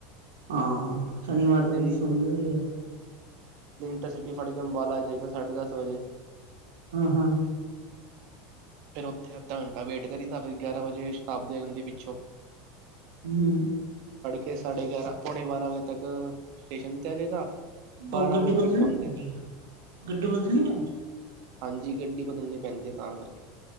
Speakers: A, on the right; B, on the right.
A: ਹਾਂ
B: ਫਿਰ
A: ਸ਼ਨੀਵਾਰ
B: ਅਗਲੇ
A: ਤਾਂ
B: ਦਿਨ
A: ਤੁਸੀਂ ਸੌਦੇ ਨੀਗੇ।
B: ਫਿਰ ਸਿੱਧੀ ਫੜ ਕੇ ਅੰਬਾਲਾ ਜਾਈ ਦਾ ਸਾਢੇ ਦਸ ਵਜੇ।
A: ਹਾਂ ਹਾਂ
B: ਫੇਰ ਉੱਥੇ ਅੱਧਾ ਘੰਟਾ ਵੇਟ ਕਰੀ ਦਾ ਫਿਰ ਗਿਆਰਾਂ ਵਜੇ ਸ਼ਤਾਬਦੀ ਆ ਜਾਂਦੀ ਪਿੱਛੋਂ।
A: ਹੂੰ
B: ਅਤੇ ਸਾਢੇ ਗਿਆਰਾਂ ਪੌਣੇ ਬਾਰਾਂ ਵਜੇ ਤੱਕ ਸਟੇਸ਼ਨ ਤੇ ਆ ਜਾਈ ਦਾ ਬਾਰਾਂ
A: ਉਹ ਗੱਡੀ
B: ਵਜੇ
A: ਬਦਲਣੀ
B: ਤੱਕ ਕੰਮ
A: ਪੈਂਦੀ
B: ਤੇ।
A: ਗੱਡੀ ਬਦਲੀ ਨੀ?
B: ਹਾਂਜੀ ਗੱਡੀ ਬਦਲਣੀ ਪੈਂਦੀ ਹੈ। ਤਾਂ ਕਰਕੇ